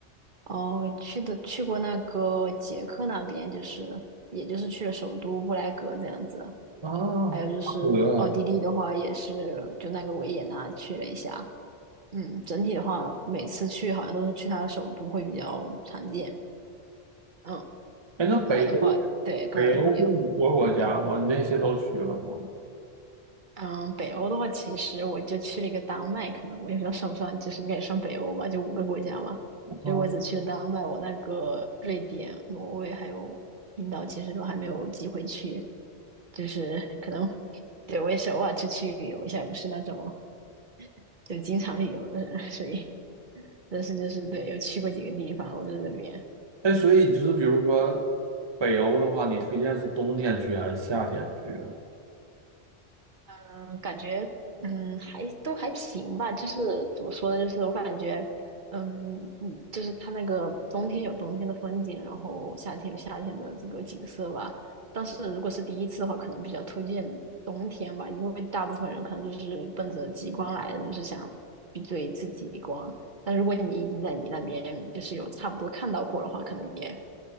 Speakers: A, on the right; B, on the right.
A: 呃去的去过那个捷克那边，就是也就是去了首都布莱格这样子，
B: 啊，
A: 还有就是奥地利的话，
B: 巴德啊，
A: 也是就那个维也纳去了一下。嗯，整体的话，每次去好像都是去他的首都会比较常见。嗯，
B: 哎，那北欧
A: 我的话，对，跟我的朋友。
B: 北欧不五个国家吗？
A: 嗯。
B: 你那些都去了吗？
A: 嗯，北欧的话，其实我就去了一个丹麦，可能我也不知道算不算，就是应该也算北欧吧，就五个国家嘛。
B: 啊
A: 所以我只去了丹麦，我那个瑞典、挪威还有冰岛，其实都还没有机会去。就是可能，对，我也是偶尔出去旅游一下，不是那种就经常旅游的人，所以 <laughs> 但是就是对，有去过几个地方，我在这边。
B: 哎，所以就是比如说北欧的话，你推荐是冬天去还是夏天去啊？
A: 嗯，感觉嗯还都还行吧，就是怎么说呢，就是我感觉嗯嗯，就是它那个冬天有冬天的风景，然后夏天有夏天的这个景色吧。但是如果是第一次的话，可能比较推荐冬天吧，因为大部分人可能就是奔着极光来的，就是想去追一次极光。但如果你已经在你那边就是有差不多看到过的话，可能也